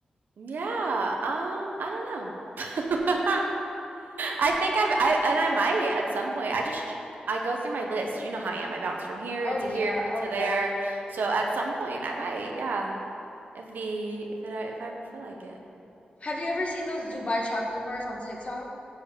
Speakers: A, on the right; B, on the left.
A: Yeah. Um, I don't know. <laughs> I think I've, I, and I might at some point. I just, I go through my list. You know how I am. I bounce from here
B: Oh
A: to
B: yeah,
A: here
B: oh
A: to
B: yeah.
A: there. So at some point, I might. Yeah. If the, if it, if I ever feel like it.
B: Have you ever seen those Dubai chocolate bars on TikTok?